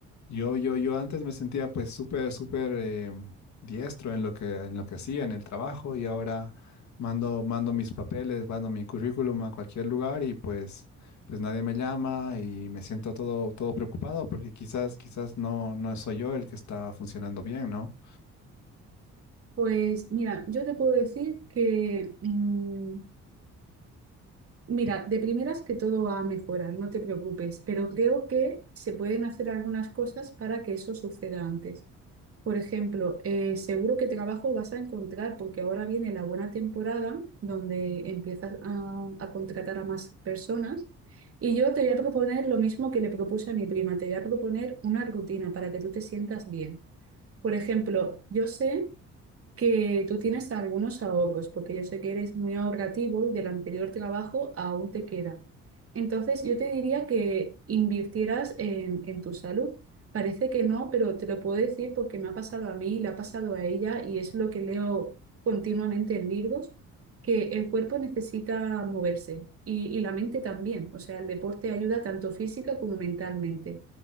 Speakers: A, on the left; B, on the right.
A: yo, yo, yo antes me sentía pues súper, súper eh, diestro en lo que, en lo que hacía, en el trabajo, y ahora mando, mando mis papeles, mando mi currículum a cualquier lugar y pues, pues nadie me llama y me siento todo, todo preocupado porque quizás, quizás no, no soy yo el que está funcionando bien, ¿no?
B: Pues mira, yo te puedo decir que, mm, mira, de primeras que todo va a mejorar, no te preocupes, pero creo que se pueden hacer algunas cosas para que eso suceda antes. Por ejemplo, eh, seguro que trabajo vas a encontrar porque ahora viene la buena temporada donde empiezas a, a contratar a más personas. Y yo te voy a proponer lo mismo que le propuse a mi prima, te voy a proponer una rutina para que tú te sientas bien. Por ejemplo, yo sé que tú tienes algunos ahorros, porque yo sé que eres muy ahorrativo y del anterior trabajo aún te queda. Entonces, yo te diría que invirtieras en, en tu salud. Parece que no, pero te lo puedo decir porque me ha pasado a mí, le ha pasado a ella y es lo que leo continuamente en libros, que el cuerpo necesita moverse y, y la mente también. O sea, el deporte ayuda tanto física como mentalmente.